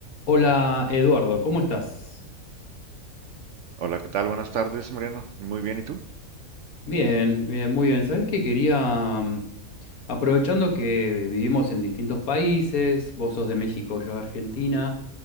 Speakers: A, on the left (about 80°); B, on the right (about 65°).
A: Hola Eduardo, ¿cómo estás?
B: Hola, ¿qué tal? Buenas tardes, Mariano. Muy bien, ¿y tú?
A: Bien, bien, muy bien. Sabés que quería, mm, aprovechando que vivimos en distintos países, vos sos de México, yo de Argentina,